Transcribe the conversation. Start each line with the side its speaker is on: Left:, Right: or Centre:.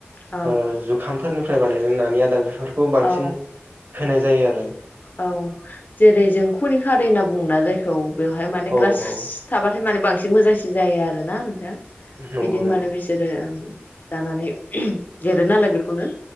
Left: औ
Right: ओ जुखामफोरनि फ्राय बानायनाय नानि आदार फोरखौ बांसिन
Left: औ
Right: होनाय जायो आरो
Left: औ जेरै जों खुनि खारै होन्ना बुंङोना जायखौ बेवहाय माने
Right: औ
Left: ग्रास
Right: औ
Left: थाबाथाय माने बांसिन एसे मोजांसिन जायो आरो ना
Right: नंगौ
Left: बिदिनो
Right: नंगौ
Left: माने बिसोरो जानानै देरो नालाय बेखौनो